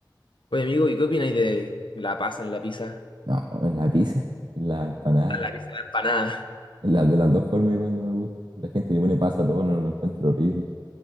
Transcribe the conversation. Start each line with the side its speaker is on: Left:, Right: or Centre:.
Left: oye amigo, ¿y qué opináis de la pasa en la pizza?
Right: No, en la pizza, en la empanada,
Left: La pizza en la empanada.
Right: en la, de las dos formas igual no me gusta. La gente le pone pasa a todo, no lo encuentro horrible.